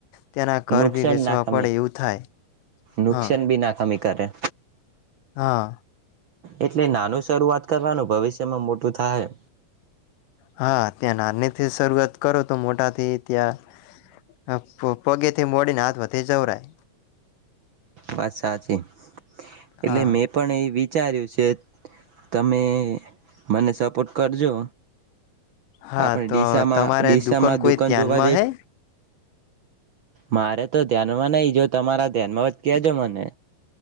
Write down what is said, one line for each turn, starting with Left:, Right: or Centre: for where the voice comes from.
Left: તેના ઘર
Right: નુકસાન
Left: ભી વેચવા
Right: ના ખમે
Left: પડે એવું થાય
Right: નુકસાન
Left: હા
Right: બી નાખામી કરે
Left: હા
Right: એટલે નાનું શરૂઆત કરવાનું ભવિષ્યમાં મોટું થાય
Left: હા ત્યાં નાનીથી શરૂઆત કરો તો મોટાથી ત્યાં પ પગેથી મોડીને હાથ વધે જવરાય
Right: વાત સાચી એટલે
Left: હા
Right: મેં પણ એ વિચાર્યું છે તમે મને સ્પોર્ટ કરજો
Left: હા
Right: આપણે
Left: તો
Right: ડીસામાં
Left: તમારે
Right: ડીસામાં
Left: દુકાન કોઈ ધ્યાનમાં
Right: જોવા જઈ
Left: હૈ
Right: મારે તો ધ્યાનમાં નહી જો તમારા ધ્યાનમાં કેજો મને